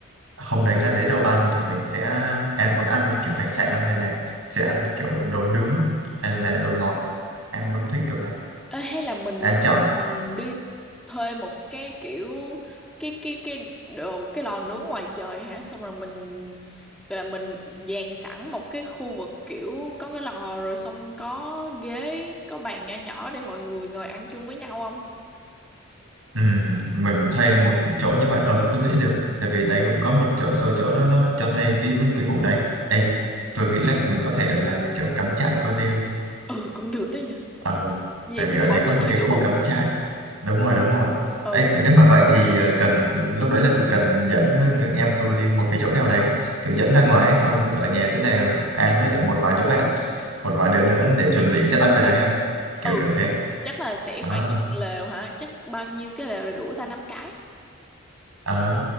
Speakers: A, on the right; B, in the centre.
A: hôm đấy là đấy đồ ăn thì mình sẽ em muốn ăn kiểu hải sản không hay là sẽ ăn kiểu đồ nướng hay là đồ ngọt em muốn thích kiểu nào
B: Ê, hay là mình
A: em chọn
B: mình đi thuê một cái kiểu cái cái cái đồ cái lò nướng ngoài trời hả xong rồi mình gọi là mình dàn sẵn một cái khu vực kiểu có cái lò rồi xong có ghế có bàn nhỏ nhỏ để mọi người ngồi ăn chung với nhau không
A: ừ, mình thuê một chỗ như vậy ờ tôi nghĩ được tại vì đấy cũng có một chỗ số chỗ nó nó cho thuê cái cái vụ đấy Ê,
B: ừ
A: tôi nghĩ là mình có thể làm kiểu cắm trại qua đêm
B: Ừ, cũng được đó nha
A: Ờ,
B: vậy
A: tại vì
B: thì
A: ở
B: khỏi
A: đây có
B: cần
A: một
B: thuê
A: cái khu
B: chỗ ngủ
A: cắm trại. Đúng rồi, đúng rồi.
B: ừ
A: ấy vậy nếu mà vậy thì ờ, cần lúc đấy là tôi cần dẫn người em tôi đi một cái chỗ nào đấy, kiểu dẫn ra ngoài ấy, xong ở nhà sẽ là An với lại một vài đứa bạn, một vài đứa nữa để chuẩn bị setup cái đấy à. Kiểu
B: ừ
A: kiểu thế.
B: chắc là sẽ
A: Ờ,
B: phải dựng lều hả chắc bao nhiêu cái lều là đủ ta năm cái
A: ờ,